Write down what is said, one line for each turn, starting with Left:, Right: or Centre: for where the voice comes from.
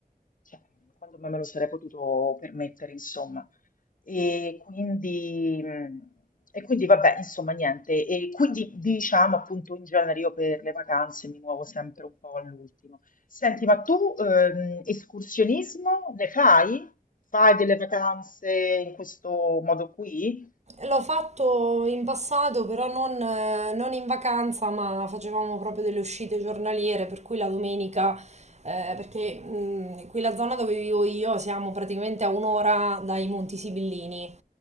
Left: cioè, quando me me lo sarei potuto permettere, insomma. E quindi, mh, e quindi vabbè, insomma, niente. E quindi diciamo appunto in genere io per le vacanze mi muovo sempre un po' all'ultimo. Senti, ma tu ehm, escursionismo ne fai? Fai delle vacanze in questo modo qui?
Right: l'ho fatto in passato, però non, eh, non in vacanza, ma facevamo proprio delle uscite giornaliere, per cui la domenica, eh, perché mm, qui la zona dove vivo io siamo praticamente a un'ora dai Monti Sibillini.